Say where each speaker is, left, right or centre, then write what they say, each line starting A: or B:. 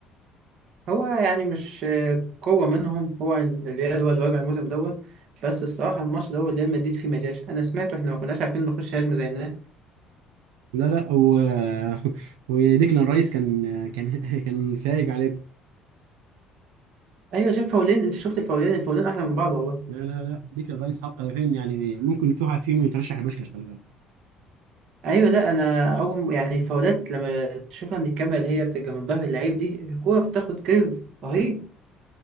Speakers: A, on the right; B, on the right.
A: هو يعني مش آه، قوة منهم هو ال- الريال هو اللي واجع الموسم دوت بس الصراحة الماتش ده هو ريال مدريد فيه مجاش أنا سمعته إحنا ما كناش عارفين نخش هجمة زي الناس
B: لا لا و... <laughs> وديكلان رايس كان كان <laughs> كان فايق عليكم
A: أيوة شاف فاولين أنت شفت الفاولين الفاولين أحلى من بعض والله
B: لا لا لا ديكلان رايس حط هدفين يعني ممكن في واحد فيهم يترشح لبوشكاش خلي بالك
A: ايوه لا انا اول يعني الفاولات لما تشوفها من الكاميرا اللي هي بتبقى من ظهر اللعيب دي الكوره بتاخد كيرف رهيب